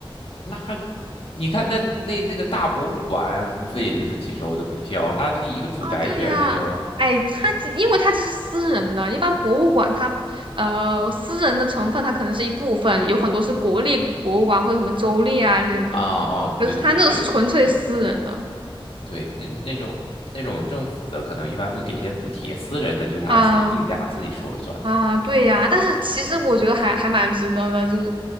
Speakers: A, on the left; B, on the right.
A: 那，你看那那那个大博物馆，无非也就是几十欧的门票，它这一个住宅居然这就
B: 啊，对呀、哎，它其因为它这是私人的，一般博物馆它，呃，私人的成分它可能是一部分，有很多是国立博物馆或者什么州立啊这种，
A: 啊哦，
B: 可是它那个是纯粹私人的，
A: 对对对对对对，那那种那种政府的可能一般会给一些补贴，私人的就是他自己定价，
B: 啊
A: 自己说了算。
B: 啊，对呀、但是其实我觉得还还蛮值得的，就是